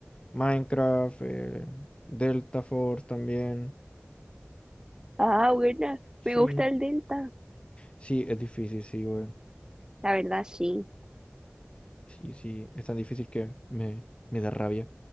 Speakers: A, on the left; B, on the right.
A: Minecraft, eh, Delta Force también.
B: Ah, buena.
A: Sí,
B: Me gusta el Delta.
A: sí, es difícil, sí, güey.
B: La verdad, sí.
A: Sí, sí, es tan difícil que me, me da rabia.